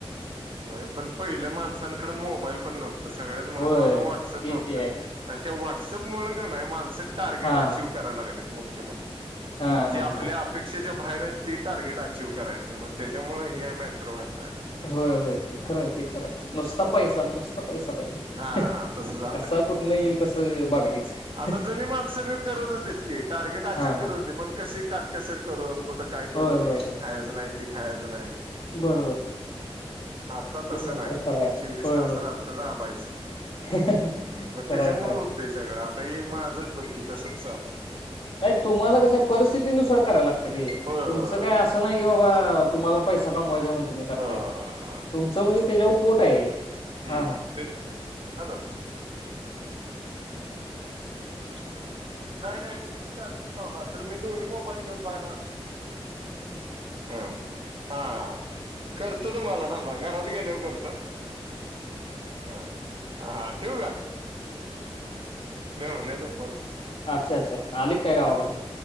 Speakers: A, on the right (about 55°); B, on the left (about 65°).
A: होय पण पहिलं माणसांकडं मोबाईल पण नव्हत सगळ्यात महत्त्वाचं
B: होय
A: व्हॉट्सअप
B: ते
A: नव्हतं
B: ते आहे
A: आणि त्या व्हॉट्सअप मुळ का नाही माणसं टार्गेट
B: हा
A: अचीव्ह कराय लागलेत मोठे मोठे
B: हा हा
A: जे आपल्या
B: हा
A: अपेक्षेच्या बाहेर आहेत ती टार्गेट अची व्ह करायची मग त्याच्यामुळे ह हे मॅटर व्हाय लागलीत
B: होय होय ते खरंय ते खरंय नुसता पैसा नुसता पैसा पाहिले
A: हा तसं झालंय
B: कसा
A: ते.
B: कुठन येईल तसं बघायचं
A: आता जुनी माणसं बी करत होतीत की टार्गेट अचीव्ह
B: हा हा
A: करत होती पण कशी काटकसर करून कुठं काय करून
B: होय होय
A: ही
B: होय
A: खायचं नाही ती खायचं नाही
B: बरोबर
A: आता
B: ते
A: तसं
B: मात्र
A: नाही
B: खरं आहे
A: चोवीस
B: होय
A: तास राहत राबायच
B: होय
A: मग
B: खरंय
A: त्याच्यामुळे
B: खरंय
A: होतय सगळं आता हे माझच बघकी तसच चालू हाय
B: नाही तुम्हाला कसं आहे परिस्थिती नुसार करायला लागत रे
A: होय होय
B: तुमचं काय असं नाही कि बाबा तुम्हाला पैसा कमवायचा म्हणून तुम्ही करताय
A: हो
B: तुमचं म्हणजे त्याच्यावर पोट आहे
A: हम
B: हा हा
A: ह तेच की हॅलो हॅलो नाही नाही त्यांचा चार्जिंग लावला असेल मी दोन्ही मोबाईल घेऊन बाहेर आलोय हम हा हा करतो तुम्हाला थांबा घरात गेल्यावर करतो हा हा ह हा ठीवू का मेहुण्याचा फोन
B: अच्छा अच्छा आलित काय गावाकडून